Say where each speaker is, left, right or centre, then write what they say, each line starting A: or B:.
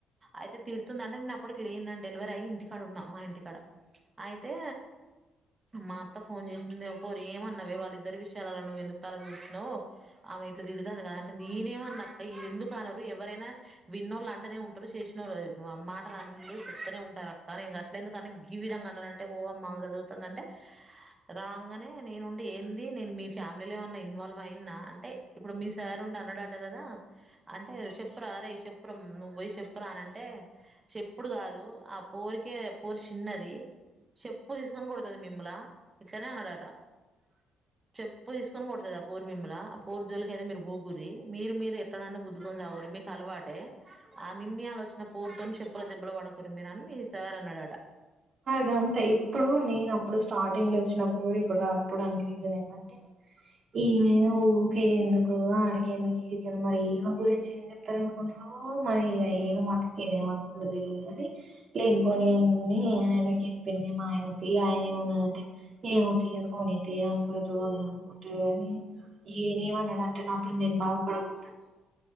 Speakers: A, on the right; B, on the right.
A: అయితే తిడుతుందింటే నేను అప్పటికి లేను నా డెలివరీ అయ్యి ఇంటికాడ ఉన్నా మా ఇంటికాడ అయితే మా అత్త ఫోన్ చేసింది ఓ పోరి ఏమన్నవే వాళ్ళిద్దరు విషయాలలా నువ్వు ఎందుకు తలా దూర్చినవు ఇట్లా తిడుతది కాదంటే నేనేమన్నాక్క ఎందుకునరు ఎవరైనా విన్నోళ్ అంటనే ఉంటారు చేసినోళ్ళు మాటలు అన్నూ చెప్తానే ఉంటారు అక్కనీ అట్ల ఎందుకని ఈ విధంగా అన్నాంటే ఓ మమ్మల్ని చుత్తదాంటే రాంగ్నే నేనుండి ఏంది నేను మీ ఫ్యామిలీలో ఏమన్నా ఇన్వాల్వ్ అయినా అంటే ఇప్పుడు మీ సారి అన్నాడట కదా అంటే చెప్పురా అరే చెప్పురా నువ్వు పోయి చెప్పురా అనంటే చెప్పు అప్పుడు కాదు ఆ పోరికే పోరి చిన్నది చెప్పు తీసుకొని కోడతది మిమ్మలా ఇట్లనే అన్నాడట
B: అ
A: చెప్పు తీసుకొని కొడుతది ఆ పోరి మిమ్ముల ఆ పోరి జోలికి అయితే మీరు పోగురి మీరు మీరు ఎట్డనైనా గుద్దు కొని శావుల్లి మీకు అలవాటే ఆ నిన్న ఇయాల వచ్చిన పూర్తోని చెప్పుల దెబ్బల పడకుర్రి మీరని మీ సార్ అన్నాడట.
B: గంతే ఇప్పుడు నేను అప్పుడు స్టార్టింగ్ లో వచ్చినప్పుడు కూడా ఇప్పుడు రా అప్పుడానికి లేదు ఏంటంటే ఈమె ఊరికే ఎందుకు ఆడిక ఎందుకు ఈడిక మరి ఈమె గురించి ఏం చెప్తారనుకుంటు మరి ఏమి మనసుకి ఏమేమి అనకూడదు అది లే ఇన పోనీ అన్ని ఆయనకి ఇప్పింది ఆయనకి ఆయన ఏమిన్నదంటే ఏమో తీయ పోనీ తీయ అనుకోరు వాళ్ళు అ ఉంటడు కాని ఏనేమన్నాడంటే నాతో నేను బాధపడకుండా